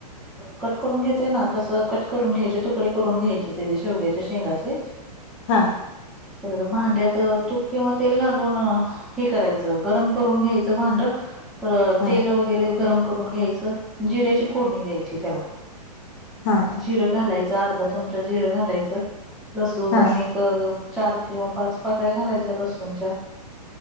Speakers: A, in the centre; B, on the left.
A: कट करून घेतोय ना, तस कट करून घ्याय तुकडे करून घ्यायचे त्याचे शेवग्याच्या शेंगाचे
B: हा.
A: परत भांड्यात तूप किंवा तेल घालून हे करायचं गरम करून घ्यायचं भांड
B: हां
A: तेल
B: हां
A: वगैरे गरम करून घ्यायचं जिऱ्याची फोडणी द्यायची त्याला
B: हां
A: जिरं घालायचं अर्धा चमचा जिरं घालायचं लसून
B: हां
A: एक चार किंवा पाच पाकळ्या घालायच्या, लसूणच्या